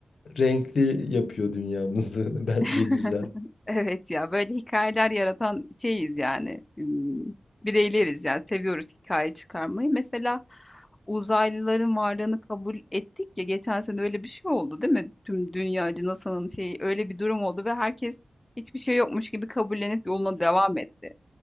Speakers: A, on the left; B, on the left.
A: renkli yapıyor dünyamızı. <laughs> Bence
B: <laughs>
A: güzel.
B: Evet ya böyle hikayeler yaratan şeyiz yani ım, bireyleriz yani seviyoruz hikaye çıkarmayı. Mesela uzaylıların varlığını kabul ettik ya geçen sene öyle bir şey oldu değil mi? Tüm dünyacı NASA'nın şeyi öyle bir durum oldu ve herkes hiçbir şey yokmuş gibi kabullenip yoluna devam etti.